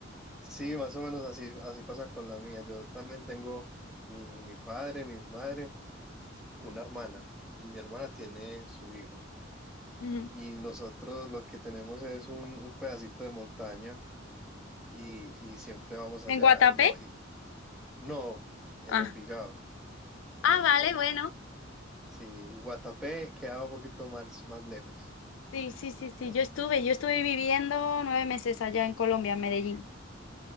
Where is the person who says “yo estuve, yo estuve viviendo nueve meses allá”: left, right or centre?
Left